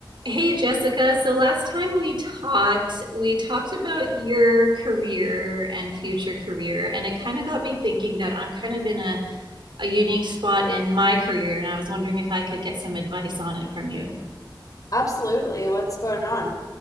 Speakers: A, on the right; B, on the left.
A: Hey Jessica, so last time we talked, we talked about your career and future career, and it kind of got me thinking that I'm kind of in a, a unique spot in my career, and I was wondering if I could get some advice on it from you.
B: Absolutely. What's going on?